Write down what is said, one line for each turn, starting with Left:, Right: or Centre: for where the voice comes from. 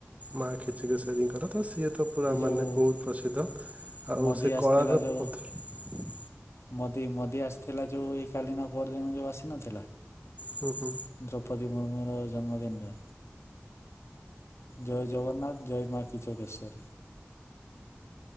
Right: ମାଆ ଖେଚିକେଶରି ଙ୍କର ତ ସେ, ଏ ତ ପୁରା
Left: ଏଇ ଯୋଉ
Right: ମାନେ ବହୁତ ପ୍ରସିଦ୍ଧ ଆଉ
Left: ମୋଦି
Right: ସେ
Left: ଆସିଥିଲା
Right: କଳାର
Left: ଯୋଉ
Right: ପଥର
Left: ମୋଦି ମୋଦି ଆସିଥିଲା ଯୋଉ ଏଇ କାଲିନା ପର ଦିନ ଯୋଉ ଆସିନଥିଲା।
Right: ହୁଁ ହୁଁ
Left: ଦ୍ରୌପଦୀ ମୁର୍ମୁ, ଜନ୍ମଦିନରେ ଜୟ ଜଗନ୍ନାଥ ଜୟ ମା କି ଚୋଗେଶ୍ଵରୀ,